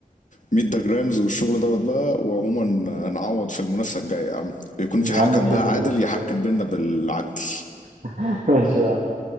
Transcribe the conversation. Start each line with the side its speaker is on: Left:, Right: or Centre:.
Left: 100 جرامز والشغل دوت بقى وعموما هنعوض في المنافسة الجاية يا عم يكون في
Right: يا
Left: حكم
Right: عم نشوف
Left: بقى
Right: المنافسة
Left: عادل يحكم
Right: الجاية
Left: بينا بالعدل
Right: <laughs> ماشي يا عم